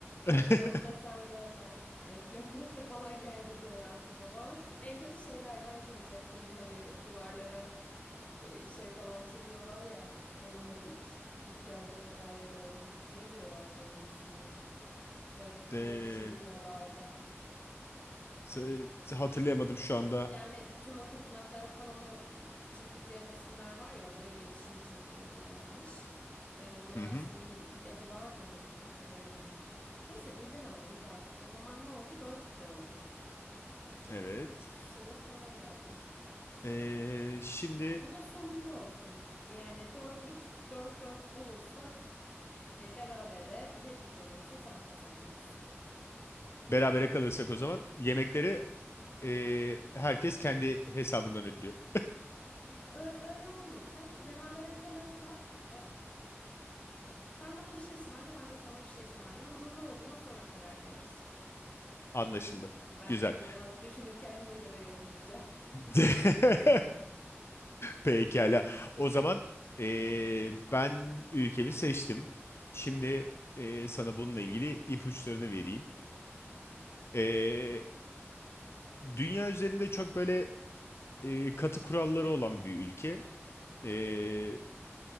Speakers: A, on the left; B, on the left.
A: <laughs>
B: Ya Firavun desen zaten hani <laughs> Kleopatra falan geldi bir ara aklıma falan. En kötü şeylerden girecektim bu hani duvarlara e, şey falan çiziyorlar ya onunla ilk ilk yazma modellerinin olduğunu. Ne diyorlardı onun ismini? Kreo, kreo
A: Ee,
B: bir şey diyorlardı.
A: s- hatırlayamadım şu anda.
B: Yani tüm o tapınaklara falan o i- çizdikleri resimler var ya onları iletişim için kullanıyorlarmış. Ve onlar
A: Hı
B: aslında
A: hı.
B: hani bir, bir adı vardı onun hatırlayamadım. Neyse bildin ama güzel. O zaman ne oldu? Dört üç oldu.
A: Evet.
B: Sıra, sıra sana geldi.
A: Ee, şimdi
B: Bu da sonuncu olsun. Yani dört üç, dört dört olursak e, berabere, beş üç olursa sen kazanıyor musun gibi.
A: berabere kalırsak o zaman yemekleri Ee, herkes kendi hesabından ödüyor.
B: ö- Öyle olmasın. Berabere kalırsak Sen bana bir şey ısmarla, ben de sana bir şey ısmarlayayım. Onun ne olduğuna sonra karar veririz.
A: Anlaşıldı.
B: Ben
A: Güzel.
B: çünkü biraz düşünüp kendime göre yorumlayacağım.
A: <laughs>
B: <laughs>
A: Pekala. O zaman ee, ben ülkemi seçtim. Şimdi ee, sana bununla ilgili ipuçlarını vereyim.
B: Tamam.
A: Ee, dünya üzerinde çok böyle ee, katı kuralları olan bir ülke. Ee,